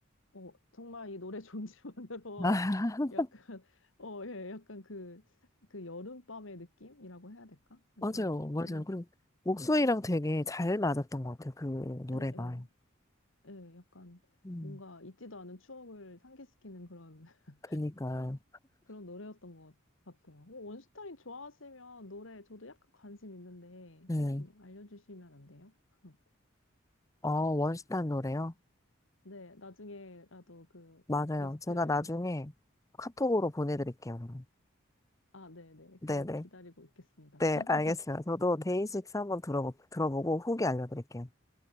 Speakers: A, on the left; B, on the left.
A: 어 정말 이 노래 존재만으로
B: 아,
A: <laughs>
B: <laughs>
A: 약간 어 예 약간 그 그 여름밤의 느낌이라고 해야 될까? 약간
B: 맞아요. 맞아요.
A: 그런
B: 그리고 목소리랑 되게 잘 맞았던 것 같아요. 그 노래가.
A: 예 예 예 약간
B: 음.
A: 뭔가 잊지도 않은 추억을 상기시키는 그런 <laughs>
B: 그니까요.
A: 그런 노래였던 것 같아요. 어, 원슈타인 좋아하시면 노래 저도 약간 관심 있는데
B: 네.
A: 조금 알려주시면 안 돼요? <laughs>
B: 어, 원시탄 노래요?
A: 네, 나중에라도 그
B: 맞아요.
A: 리스트를,
B: 제가 나중에 카톡으로 보내드릴게요.
A: 아, 네네.
B: 네네.
A: 그 기다리고 있겠습니다.
B: 네,
A: <laughs>
B: 알겠어요. 저도 데이식스 한번 들어보, 들어보고 후기 알려드릴게요.